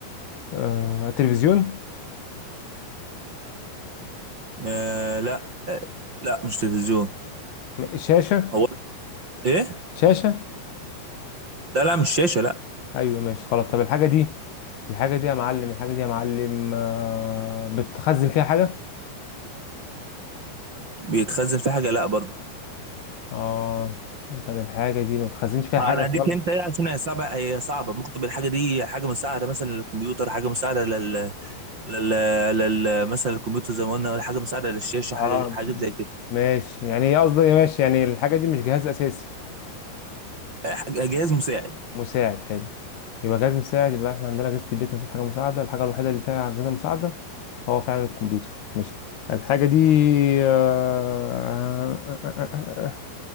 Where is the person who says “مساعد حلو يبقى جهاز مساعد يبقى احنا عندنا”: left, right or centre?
Left